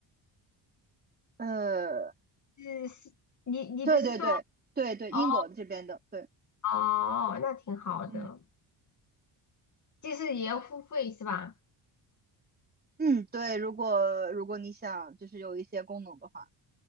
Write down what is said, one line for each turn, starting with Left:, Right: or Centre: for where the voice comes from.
Right: 呃，
Left: 是是，你你不是说
Right: 对对对对对，
Left: 哦，
Right: 英国这边的，对，
Left: 哦哦那挺好的。
Right: 嗯
Left: 就是也要付费是吧？
Right: 嗯，对。如果如果你想就是有一些功能的话，